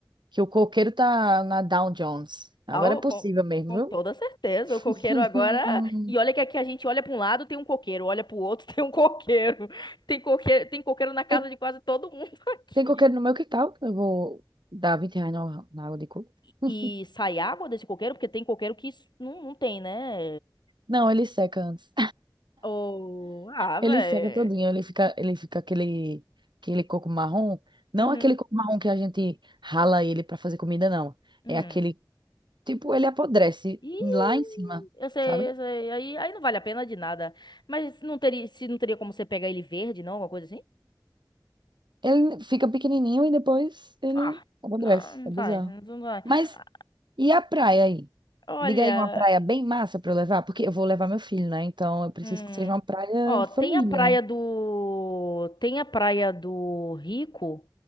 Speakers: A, on the right; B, on the left.
A: Que o coqueiro tá na Dow Jones. Agora
B: ao-
A: é possível
B: com,
A: mesmo,
B: com
A: viu?
B: toda certeza,
A: <laughs>
B: o coqueiro agora. E olha que aqui a gente olha para um lado, tem um coqueiro, olha para o outro, <laughs> tem um coqueiro. Tem coqueiro, tem coqueiro na casa
A: Tem,
B: de quase todo mundo <laughs> aqui.
A: tem coqueiro no meu quintal. Eu vou dar 20 reais na na água de coco. <laughs>
B: E sai água desse coqueiro, porque tem coqueiro que s- não, não tem, né?
A: Não, ele seca antes.
B: Ou ah, velho.
A: Ele seca todinho, ele fica, ele fica aquele, aquele coco marrom. Não
B: Uhum.
A: aquele coco marrom que a gente rala ele para fazer comida, não.
B: Hum.
A: É aquele, tipo, ele apodrece
B: E
A: lá em cima,
B: eu sei,
A: sabe?
B: eu sei. Aí, aí não vale a pena de nada. Mas não teria, se não teria como você pegar ele verde, não? Alguma coisa assim?
A: Ele fica pequenininho e depois ele
B: Ah,
A: apodrece.
B: não, não
A: É
B: sai,
A: bizarro.
B: não sai.
A: Mas
B: Ah,
A: e a praia aí?
B: Olha,
A: Diga aí uma praia bem massa para eu levar, porque eu vou levar meu filho, né? Então eu preciso
B: hum,
A: que seja uma praia
B: ó, tem
A: família,
B: a praia
A: né?
B: do, tem a praia do Rico,